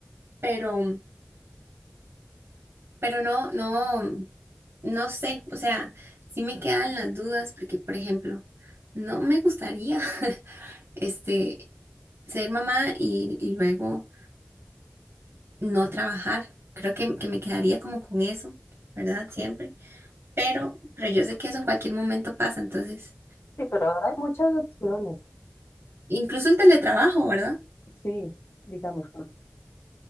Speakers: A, on the right; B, on the left.
A: pero, pero no, no, no sé, o sea, sí me quedan las dudas porque, por ejemplo, no me gustaría, <laughs> este, ser mamá y, y luego no trabajar. Creo que, que me quedaría como con eso, ¿verdad? Siempre. Pero, pero yo sé que eso en cualquier momento pasa, entonces,
B: Sí, pero ahora hay muchas opciones.
A: incluso el teletrabajo, ¿verdad?
B: Sí, digamos, por